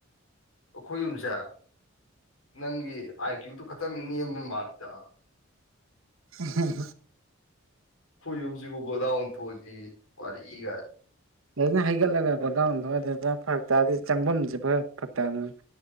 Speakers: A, on the left; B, on the right.
A: ꯑꯩꯈꯣꯏ ꯌꯨꯝꯁꯦ ꯅꯪꯒꯤ ꯑꯥꯏ ꯀ꯭ꯌꯨꯗꯨꯣ ꯈꯈꯤꯇꯪ ꯅꯦꯝ ꯃꯥꯊ
B: ꯎꯝ
A: ꯍꯨ ꯌꯨꯝꯁꯤꯕꯨꯒꯣꯗꯥꯟ ꯊꯣꯁꯤ ꯋꯥꯔꯤꯔꯒ
B: ꯑꯗꯨꯖꯅ ꯍꯩꯒꯠꯂꯒ ꯒꯣꯗꯥꯎꯟꯗꯨ ꯑꯗꯨꯅ ꯐꯔꯛ ꯇꯥꯔꯗꯤ ꯆꯪꯐꯝꯁꯦ ꯐꯔ ꯐꯔꯛꯇꯥꯗꯅ